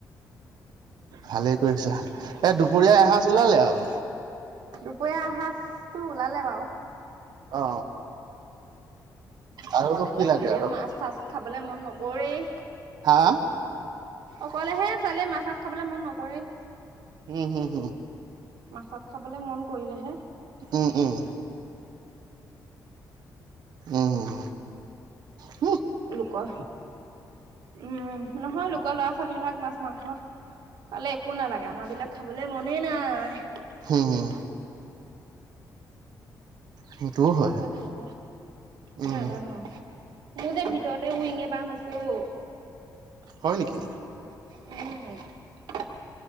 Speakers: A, on the right (about 70°); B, on the right (about 85°).
A: ভালেই কৰিছো এ দুপৰীয়া এসাজ ওলালে আও
B: দুপৰীয়া এসাজটো ওলালে বাও
A: অ
B: অ
A: আৰুনো
B: কলেহে
A: কি লাগে
B: ছোৱালীয়েও
A: আৰু
B: মাছ চাছ খাবলে মন নকৰেই
A: হা
B: অকলেহে ছোৱালীয়ে মাছ মাছ খাবলে মন নকৰেই
A: উম হুম হুম
B: মাছত খাবলে মন কৰিলেহে
A: উম উম উম হুম
B: লোকৰ উম নহয় লোকৰ ল'ৰা ছোৱালী বিলাক মাছ মাংস তালে একো নালাগে আমাৰ বিলাক খাবলৈ মনেই নাই
A: হুম হুম সেইটোও
B: কি
A: হয়
B: হৈ খাব
A: উম
B: নাজানো মোৰ যে ভিতৰতে উইঙে বাহ লৈছে অ
A: হয় নেকি
B: উম